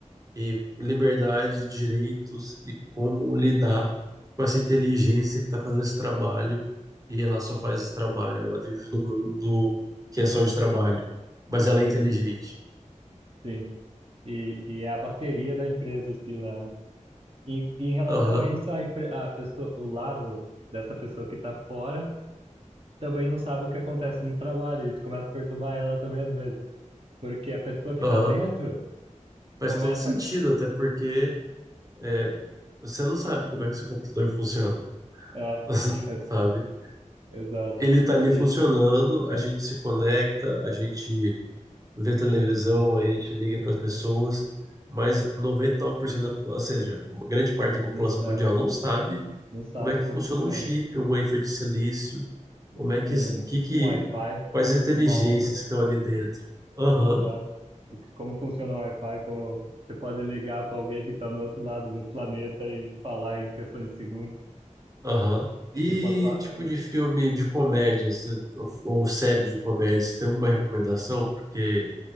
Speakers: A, on the right; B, on the right.
A: e liberdade, direitos e como lidar com essa inteligência que está fazendo esse trabalho e ela só faz esse trabalho, ela vive num mundo que é só de trabalho, mas ela
B: sim,
A: é inteligente.
B: sim. E, e é a bateria da empresa em si lá. Em, em relação
A: Aham,
B: a isso, a, empre- a pessoa, o lado dessa pessoa que tá fora também não sabe o que acontece no trabalho. Isso começa a perturbar ela também às vezes. Porque a pessoa que
A: aham.
B: tá dentro
A: Faz
B: começa.
A: todo sentido, até porque é, você não sabe como é que seu computador funciona,
B: É,
A: <laughs>
B: <laughs>
A: sabe?
B: exato.
A: ele tá ali
B: E
A: funcionando, a gente se conecta, a gente vê televisão, a gente liga para as pessoas, mas 99% da, ou seja, uma grande parte da população
B: não, é,
A: mundial não sabe
B: não sabe
A: como é que
B: como
A: funciona
B: funciona.
A: um chip, um wafer de silício, como
B: um,
A: é que,
B: um,
A: que, que
B: um Wi-Fi,
A: quais as inteligências
B: uma onda,
A: que estão ali dentro. Aham,
B: exato. Como funciona o Wi-Fi, como você pode ligar para alguém que está no outro lado do planeta e falar em questões de segundos,
A: aham. E
B: se for pa...
A: tipo de
B: <laughs>
A: filme de comédia, cê- ou, ou série de comédia, você tem alguma recomendação? Porque